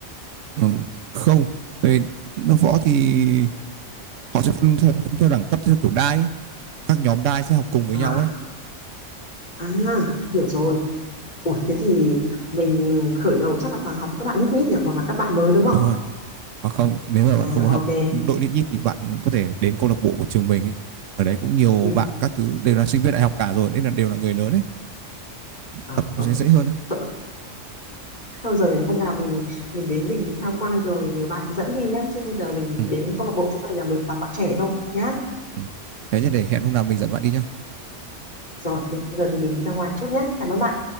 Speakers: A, on the right (about 80°); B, on the left (about 35°).
A: Ừ. không tại vì nó võ thì họ sẽ phân theo, phân theo đẳng cấp theo kiểu đai ấy. các nhóm đai sẽ học cùng với
B: À,
A: nhau ấy
B: à, hiểu rồi. Ủa, thế thì mình khởi đầu chắc là toàn học với các bạn lít nhít nhỉ hoặc là các bạn mới đúng không?
A: đúng rồi hoặc không nếu mà
B: À
A: bạn không muốn học
B: ok.
A: đội lít nhít thì bạn có thể đến câu lạc bộ của trường mình ấy ở đấy cũng nhiều
B: Ừ.
A: bạn các thứ đều là sinh viên đại học cả rồi nên là đều là người lớn ấy
B: Ờ,
A: tập
B: ok.
A: nó sẽ
B: <laughs>
A: dễ hơn ấy
B: Thôi rồi hôm nào mình mình đến mình tham quan rồi nhờ bạn dẫn đi nhá chứ bây giờ mình
A: ừ.
B: đến câu lạc bộ chỗ gần nhà mình toàn bạn trẻ thôi nhá.
A: Ừ. thế thì để hẹn hôm nào mình dẫn bạn đi nhá
B: Rồi bây giờ thì mình đi ra ngoài chút nhá. Cảm ơn bạn.